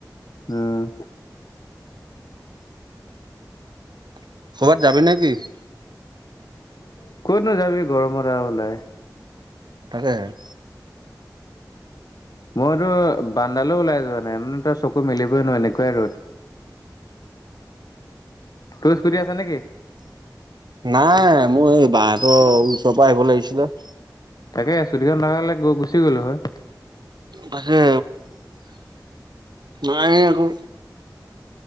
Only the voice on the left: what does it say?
উম <unintelligible>
<unintelligible> ক'ত নো যাবি গৰমত নো ওলাই <inaudible>
মইতো বান্দালো ওলাই যোৱা নাই উম চকু মেলিবই নোৱাৰি এনেকুৱাই ৰ'দ তোৰ স্কুটি আছে নেকি?
তাকে স্কুটিখন থকা হ'লে গুচি গলো হয়।